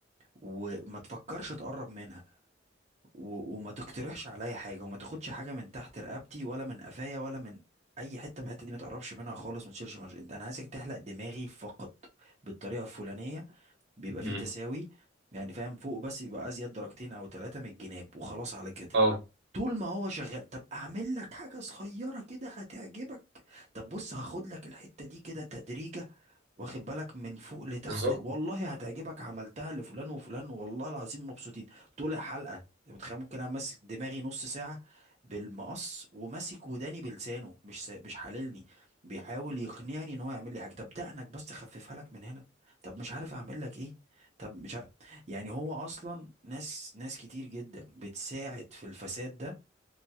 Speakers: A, on the right; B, on the right.
A: وما تفكرش تقرب منها و... وما تقترحش عليا حاجه وما تاخدش حاجه من تحت رقبتي ولا من قفايا ولا من اي حته من الحته دي ما تقربش منها خالص ما تشيلش مش... انت انا عايزك تحلق دماغي فقط بالطريقه الفلانيه بيبقى
B: امم
A: فيه تساوي يعني فاهم فوق بس يبقى ازيد درجتين او ثلاثه من الجناب وخلاص على كده
B: اه
A: طول ما هو شغال طب اعمل لك حاجه صغيره كده هتعجبك طب بص هاخد لك الحته دي كده تدريجة واخد بالك من فوق لتحت
B: بالظبط
A: والله هتعجبك عملتها لفلان وفلان والله العظيم مبسوطين طول الحلقة انت متخيل ممكن انا ماسك دماغي نص ساعة بالمقص وماسك وداني بلسانه مش سا... مش حللني بيحاول يقنعني ان هو يعمل لي حاجة طب دقنك بس خففها لك من هنا طب مش عارف اعمل لك ايه طب مش ع... يعني هو اصلا ناس ناس كتير جدا بتساعد في الفساد ده